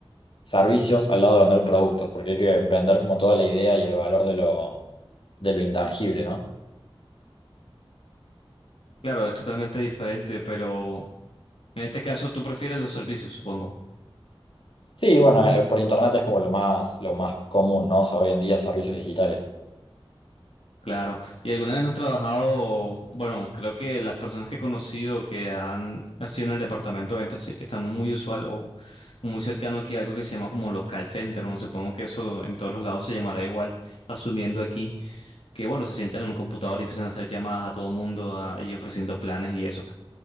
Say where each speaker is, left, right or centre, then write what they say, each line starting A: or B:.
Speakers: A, on the left (about 65°); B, on the left (about 75°).
A: servicios al lado de vender productos, porque hay que vender como toda la idea y el valor de lo, de lo intangible, ¿no?
B: Claro, es totalmente diferente, pero en este caso tú prefieres los servicios, supongo.
A: Sí, bueno, eh, por internet es como lo más, lo más común, ¿no? O sea, hoy en día servicios digitales.
B: Claro. ¿Y alguna vez no has trabajado? Bueno, creo que las personas que he conocido que han nacido en el departamento de ventas están muy usual o muy cercano aquí a algo que se llama como los call centers. Bueno, supongo que eso en todos los lados se llamará igual, asumiendo aquí que, bueno, se sientan en un computador y empiezan a hacer llamadas a todo mundo ah, y ofreciendo planes y eso.